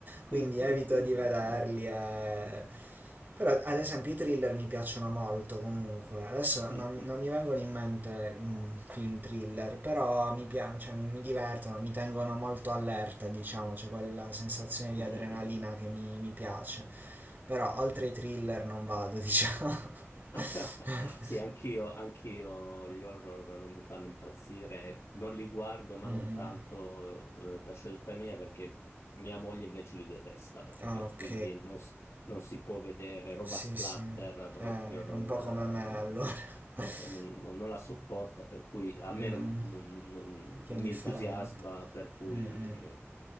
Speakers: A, on the right; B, on the left.
A: quindi
B: <laughs>
A: evito di vederli. e- Però ad esempio i thriller mi piacciono molto comunque. Adesso
B: Mm,
A: non,
B: mm, mm,
A: non
B: mm.
A: mi vengono in mente mm, film thriller, però mi piacciono, cioè, mi, mi divertono, mi tengono molto allerta, diciamo, c'è quella sensazione
B: mm.
A: di adrenalina
B: mm, mm.
A: che mi, mi piace. Però oltre i thriller non vado, diciamo.
B: <laughs>
A: <laughs>
B: Sì, anch'io, anch'io gli horror non mi fanno impazzire, non li guardo, ma
A: Mm,
B: non
A: mm.
B: tanto eh, per scelta mia, perché mia moglie invece li detesta proprio,
A: Ah, ok.
B: quindi non, s- non si può vedere roba
A: Sì,
B: splatter,
A: sì.
B: proprio
A: Eh,
B: non,
A: è un po' come me
B: eh,
A: allora. <laughs>
B: eh, non- non- non la sopporta, per cui a me
A: Mm, mm.
B: non, non- non-
A: Che
B: non
A: indifferente.
B: mi entusiasma, per cui
A: Mm, mm.